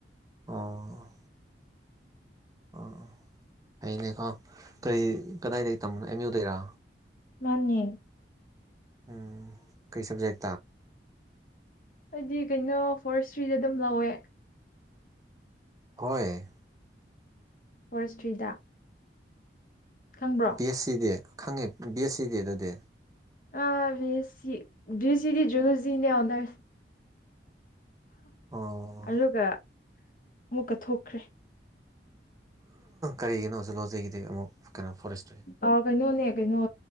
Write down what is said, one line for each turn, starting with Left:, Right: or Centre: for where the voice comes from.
Right: ꯑꯣ ꯑꯥ ꯍꯩꯅꯦꯀꯣ ꯀꯔꯤ ꯀꯗꯥꯏꯗꯒꯤꯣ ꯑꯦꯝ ꯌꯨꯗꯩꯔꯥ
Left: ꯃꯥꯅꯤꯦ
Right: ꯎꯝ ꯀꯩ ꯁꯕꯖꯦꯛ
Left: ꯍꯥꯏꯗꯤ ꯀꯩꯅꯣ ꯐꯣꯔꯁ ꯊ꯭ꯔꯤꯗ ꯑꯗꯨꯝ ꯂꯧꯋꯦ
Right: ꯍꯣꯏ
Left: ꯐꯣꯔꯦꯁꯇ꯭ꯔꯤꯗ ꯈꯪꯕ꯭ꯔꯣ
Right: ꯕꯤ ꯑꯦꯁ ꯁꯤꯗꯤ ꯈꯪꯉꯦ ꯕꯤ ꯑꯦꯁ ꯁꯤꯗꯤ ꯑꯗꯨꯗꯤ
Left: ꯑ ꯁꯤ ꯁꯤꯗꯤ ꯖꯨꯂꯁꯤꯅꯦ ꯑꯣꯔꯁꯤ
Right: ꯑꯣ
Left: ꯑꯗꯨꯒ ꯑꯃꯨꯛꯀ ꯊꯣꯛꯈ꯭ꯔꯦ
Right: ꯀꯔꯤꯒꯤꯅꯣ ꯍꯧꯖꯤꯛ ꯂꯣꯖꯩꯒꯤꯗꯤ ꯑꯃꯨꯛ ꯀꯩꯅꯣ ꯐꯣꯔꯦꯁꯇ꯭ꯔꯤ
Left: ꯑ ꯀꯩꯅꯣꯅꯦ ꯀꯩꯅꯣ